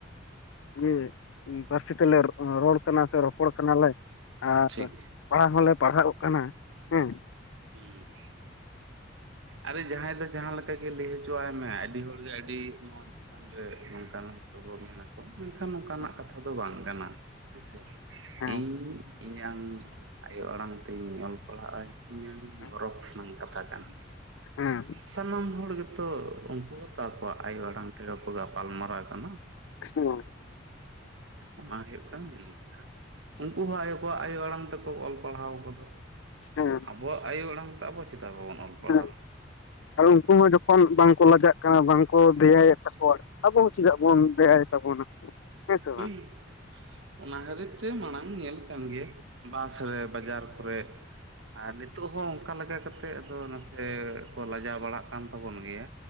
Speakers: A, on the left; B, on the right.
A: ᱤᱭᱟᱹ ᱯᱟᱹᱨᱥᱤ ᱛᱮᱞᱮ ᱨᱚᱲ ᱨᱚᱲ ᱠᱟᱱᱟ ᱥᱮ ᱨᱚᱯᱚᱲ ᱠᱟᱱᱟᱞᱮ ᱟᱨ
B: ᱴᱷᱤᱠ
A: ᱯᱟᱲᱦᱟᱜ ᱦᱚᱸᱞᱮ ᱯᱟᱲᱦᱟᱜᱚᱜ ᱠᱟᱱᱟ ᱦᱮᱸ
B: ᱦᱩᱸ ᱟᱨᱮ ᱡᱟᱦᱟᱸᱭ ᱫᱚ ᱡᱟᱦᱟᱸ ᱞᱮᱠᱟ ᱜᱮ ᱞᱟᱹᱭ ᱦᱚᱪᱚᱣᱟᱭ ᱢᱮ ᱟᱹᱰᱤ ᱦᱚᱲᱜᱮ ᱟᱹᱰᱤ ᱱᱚᱣᱟ ᱪᱮᱛᱟᱱ ᱨᱮ ᱱᱚᱝᱠᱟ ᱦᱚᱭᱛᱚ ᱢᱮᱱᱟᱠᱚ ᱢᱮᱱᱠᱷᱟᱱ ᱱᱚᱝᱠᱟᱱᱟᱜ
A: ᱦᱮᱸ
B: ᱠᱟᱛᱷᱟ ᱫᱚ ᱵᱟᱝ ᱠᱟᱱᱟ ᱦᱮᱸᱥᱮ
A: ᱦᱮᱸ
B: ᱤᱧ ᱤᱧᱟᱝ ᱟᱭᱳ ᱟᱲᱟᱝ ᱛᱤᱧ ᱚᱞ ᱯᱟᱲᱦᱟᱜᱼᱟ ᱤᱧᱟᱝ
A: ᱦᱮᱸ
B: ᱜᱚᱨᱚᱵᱽ ᱨᱮᱱᱟᱜ ᱠᱟᱛᱷᱟ ᱠᱟᱱ ᱜᱮᱭᱟ
A: ᱦᱮᱸ
B: ᱥᱟᱱᱟᱢ ᱦᱚᱲ ᱜᱮ ᱛᱚ ᱩᱱᱠᱩ ᱦᱚᱸᱛᱚ ᱟᱠᱚᱣᱟᱜ ᱟᱭᱳ ᱟᱲᱟᱝ ᱛᱮᱜᱮ ᱠᱚ ᱜᱟᱯᱟᱞ ᱢᱟᱨᱟᱟᱣ ᱠᱟᱱᱟ
A: <unintelligible>
B: ᱚᱱᱟ ᱦᱩᱭᱩᱜ ᱠᱟᱱᱟ ᱢᱮᱱ ᱠᱟᱛᱷᱟ ᱩᱱᱠᱩ ᱦᱚᱸ ᱟᱭᱚ ᱠᱚᱣᱟᱜ ᱟᱭᱳ ᱟᱲᱟᱝ ᱛᱮᱠᱚ ᱚᱞ ᱯᱟᱲᱦᱟᱣ ᱠᱟᱫᱟ
A: ᱦᱮᱸ
B: ᱟᱵᱚᱣᱟᱜ ᱟᱭᱳ ᱟᱲᱟᱝ ᱛᱮ ᱟᱵᱚ ᱪᱮᱫᱟᱜ ᱵᱟᱵᱚᱱ ᱚᱞ ᱯᱟᱲᱦᱟᱣᱟ
A: ᱦᱮᱸ ᱟᱨ ᱩᱱᱠᱩ ᱦᱚᱸ ᱡᱚᱠᱷᱚᱱ ᱵᱟᱝᱠᱚ ᱞᱟᱡᱟᱜ ᱠᱟᱱᱟ ᱵᱟᱝᱠᱚ ᱫᱮᱭᱟᱭᱮᱫ ᱛᱟᱠᱚᱣᱟ ᱟᱵᱚ ᱦᱚᱸ ᱪᱮᱫᱟᱜ ᱵᱚᱱ ᱫᱮᱭᱟᱭ ᱛᱟᱵᱚᱱᱟ ᱥᱮ
B: ᱦᱮᱸ
A: ᱵᱟᱝ
B: ᱚᱱᱟ ᱦᱟᱹᱛᱤᱨ ᱛᱮ ᱢᱟᱲᱟᱝ ᱧᱮᱞ ᱠᱟᱱ ᱜᱮᱭᱟ ᱵᱟᱥ ᱨᱮ ᱵᱟᱡᱟᱨ ᱠᱚᱨᱮ ᱟᱨ ᱱᱤᱛᱚᱜ ᱱᱤᱛᱚᱜ ᱦᱚᱸ ᱚᱱᱠᱟ ᱞᱮᱠᱟ ᱠᱟᱛᱮᱜ ᱟᱫᱚ ᱱᱟᱥᱮ ᱠᱚ ᱞᱟᱡᱟᱣ ᱵᱟᱲᱟᱜ ᱠᱟᱱ ᱛᱟᱵᱚᱱ ᱜᱮᱭᱟ